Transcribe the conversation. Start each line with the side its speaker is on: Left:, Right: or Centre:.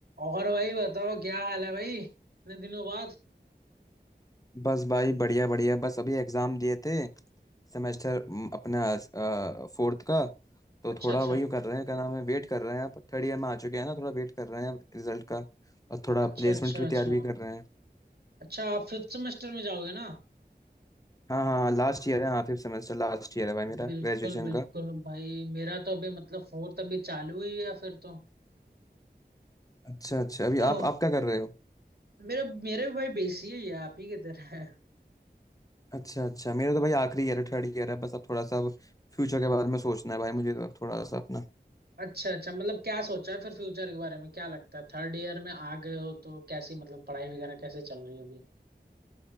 Right: और भाई बताओ क्या हाल है भाई इतने दिनों बाद
Left: बस भाई बढ़िया बढ़िया बस अभी एग्जाम दिए थे सेमेस्टर अपना फोर्थ का तो
Right: अच्छा
Left: थोड़ा
Right: अच्छा
Left: वही कर रहे हैं क्या नाम है वेट कर रहे हैं अब थर्ड ईयर में आ चुके हैं ना थोड़ा वेट कर रहे हैं रिजल्ट का और थोड़ा
Right: अच्छा
Left: प्लेसमेंट
Right: अच्छा
Left: की भी
Right: अच्छा
Left: तैयारी भी कर रहे हैं
Right: अच्छा आप फिफ्थ सेमेस्टर में जाओगे ना
Left: हाँ हाँ लास्ट ईयर है हाँ फिफ्थ सेमेस्टर लास्ट ईयर है भाई मेरा
Right: बिल्कुल
Left: ग्रेजुएशन
Right: बिल्कुल
Left: का
Right: भाई मेरा तो अभी मतलब फोर्थ अभी चालू ही है फिर तो
Left: अच्छा अच्छा अभी
Right: तो
Left: आप आप क्या कर रहे हो
Right: मेरा मेरा भी भाई बेसी है ये आप ही की तरह है
Left: अच्छा अच्छा मेरा तो भाई आखिरी ईयर है थर्ड ईयर है बस अब थोड़ा सा अब फ्यूचर के बारे में सोचना है भाई मुझे तो थोड़ा सा अपना
Right: अच्छा अच्छा मतलब क्या सोचा है फिर फ्यूचर के बारे में क्या लगता है थर्ड ईयर में आ गए हो तो कैसी मतलब पढ़ाई वगैरह कैसे चल रही है अभी